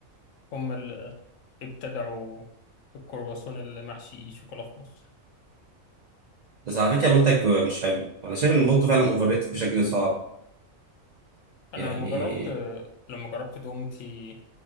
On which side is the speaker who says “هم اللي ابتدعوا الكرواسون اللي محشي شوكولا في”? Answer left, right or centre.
Left